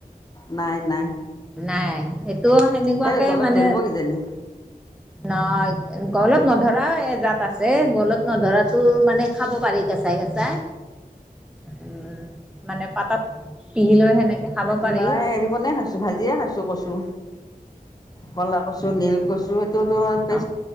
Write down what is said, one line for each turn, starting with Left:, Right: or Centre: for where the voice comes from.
Left: নাই নাই
Centre: নাই তো সেনেকুৱাকে
Left: এই গলত
Centre: মানে
Left: ধৰিব কিজানি
Centre: নাই গলত নধৰাও এজাত আছে গলত নধৰাতো মানে খাব পাৰি কেঁচাই কেচাই উম মানে পাতত পিহি লৈ সেনেকে খাব পাৰি
Left: নাই <unintelligible> খাইছো ভাজি <unintelligible> খাইছো কচু কলা কচু, নীল কচু <unintelligible> তেজ
Centre: অ